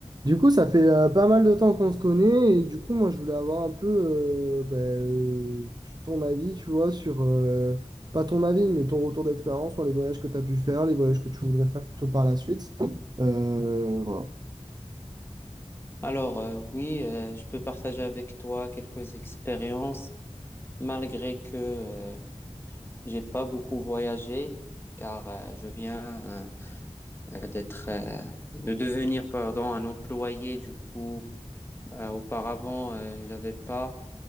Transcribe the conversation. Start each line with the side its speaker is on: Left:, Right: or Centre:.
Right: Du coup, ça fait euh, pas mal de temps qu'on se connaît et du coup, moi, je voulais avoir un peu euh, bah, euh, ton avis, tu vois, sur, euh, pas ton avis, mais ton retour d'expérience sur les voyages que tu as pu faire, les voyages que tu voudrais faire plutôt par la suite. Euh, voilà.
Left: Alors, euh, oui, euh, je peux partager avec toi quelques expériences, malgré que euh, j'ai pas beaucoup voyagé, car euh, je viens euh, euh, d'être, euh, de devenir, pardon, un employé. Du coup, euh, auparavant, euh, j'avais pas